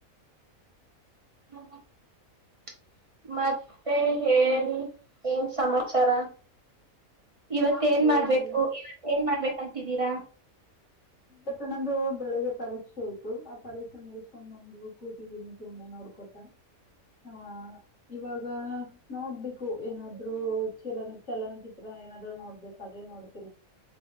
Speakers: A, on the right; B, on the left.
A: <unintelligible> ಮತ್ತೆ ಹೇಳಿ ಏನ್ ಸಮಾಚಾರಾ ಇವತ್ತ ಏನ್ ಮಾಡ್ಬೇಕು
B: ಏನಿಲ್ಲ
A: <unintelligible> ಏನ್ ಮಾಡ್ಬೇಕಂತಿದ್ದೀರಾ.
B: ಇವತ್ತು ನಂದು ಬೆಳಿಗ್ಗೆ ಪರೀಕ್ಷೆ ಇತ್ತು ಪರೀಕ್ಷೆ ಮುಗಿಸ್ಕೊಂಡ್ ಬಂದು ಕೂತಿದೀನಿ ಸುಮ್ನೆ ನೋಡ್ಕೊತ. ಹಾಂ ಇವಾಗ ನೋಡ್ಬೇಕು ಏನಾನದ್ರು ಚಿಲನ ಚಲನಚಿತ್ರ ಏನಾದ್ರು ನೋಡ್ಬೇಕಾದ್ರೆ ನೋಡ್